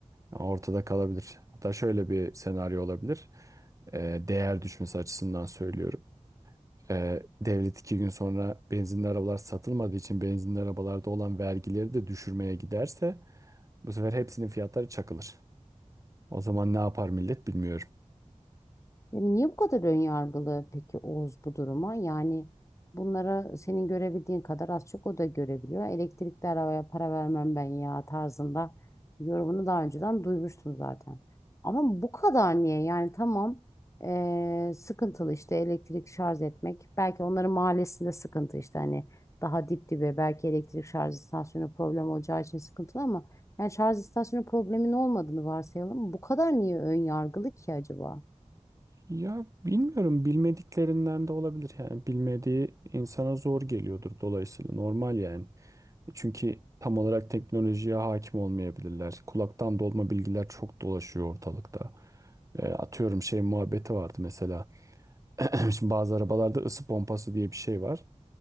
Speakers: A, on the right (about 25°); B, on the left (about 25°).
A: Yani Ortada kalabilir. Hatta şöyle bir senaryo olabilir. Ee, değer düşmesi açısından söylüyorum. Ee, devlet iki gün sonra benzinli arabalar satılmadığı için benzinli arabalarda olan vergileri de düşürmeye giderse bu sefer hepsinin fiyatları çakılır. O zaman ne yapar millet bilmiyorum.
B: Yani niye bu kadar ön yargılı peki Oğuz bu duruma? Yani bunlara senin görebildiğin kadar az çok o da görebiliyor. Elektrikli arabaya para vermem ben ya tarzında yorumunu daha önceden duymuştum zaten. Ama bu kadar niye? Yani tamam eee, sıkıntılı işte elektrik şarj etmek. Belki onların mahallesinde sıkıntı işte hani daha dip dibe belki elektrik şarj istasyonu problem olacağı için sıkıntılı ama yani şarj istasyonu problemin olmadığını varsayalım. Bu kadar niye ön yargılı ki acaba?
A: Ya bilmiyorum bilmediklerinden de olabilir yani bilmediği insana zor geliyordur dolayısıyla normal yani. E, Çünkü tam olarak teknolojiye hakim olmayabilirler. Kulaktan dolma bilgiler çok dolaşıyor ortalıkta. E, atıyorum şey muhabbeti vardı mesela. <clears throat> Şimdi bazı arabalarda ısı pompası diye bir şey var.